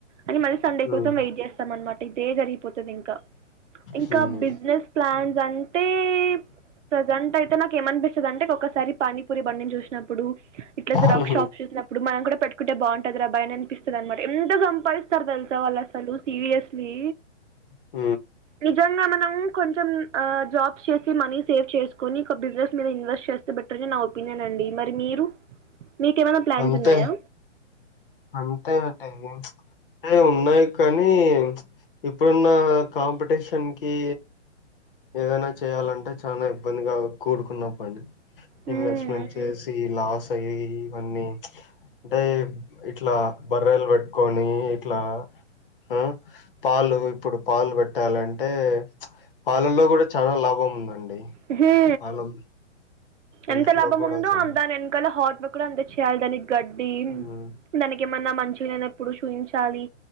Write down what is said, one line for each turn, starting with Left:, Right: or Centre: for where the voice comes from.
Right: అని మళ్ళీ సండే
Left: హ్మ్
Right: కోసం వెయిట్ చేస్తాం అనమాట ఇదే జరిగిపోతు తుది ఇంకా ఇంకా
Left: హ్మ్
Right: బిజినెస్ ప్లాన్స్ అంటే ప్రజెంట్ అయితే నాకు ఏం అనిపిస్తుంది అంటే ఒకసారి పానీపూరి బండిని చూసినప్పుడు ఇట్లా జిరాక్
Left: హుహు.
Right: షాప్ చూసినప్పుడు ఇప్పుడు మనం కూడం ఒకటే బాగుంటది రా అబ్బాయిని అనిపిస్తుంది అనమాట ఎంత సంపాదిస్తారు తెలుసా వాళ్ళు అసలు సీరియస్లీ
Left: అ
Right: నిజంగా మనము కొంచెం ఆ జాబ్స్ ఈ మనీ సేవ్ చేసుకొని ఒక బిజినెస్ మీద ఇన్వెస్ట్ చేస్తే బెటర్ అని నా ఒపీనియన్ అండి మరి మీరు మీకేమైనా ప్లాన్స్
Left: అంతే
Right: ఉన్నాయా
Left: అంతే అంటయి ఇన్ ఏ ఉన్నాయి కానీ ఇప్పుడున్న కాంపిటీషన్ కి ఏదైనా చేయాలంటే చాలా ఇబ్బందిగా కూడుకున్న పని
Right: హ్మ్,
Left: ఇన్వెస్ట్మెంట్ చేసి లాస్ అయి ఉ అంటే ఇట్లా బర్రెలు పెట్టుకొని ఇట్లా ఆ పాలు ఇప్పుడు పాలు పెట్టాలంటే పాలల్లో కూడా చాలా లాభం ఉందండి
Right: ఏహే
Left: పాలం మిల్క్‌లో
Right: ఎంత లాభం
Left: కూడా
Right: ఉందో
Left: చాలా.
Right: దాని వెనకాల హాట్ బుక్ కూడం తెచ్చియాలి దానికి గడ్డి
Left: హ్మ్.
Right: దానికి ఏమన్నా మంచిగా లేనప్పుడు చూయించలి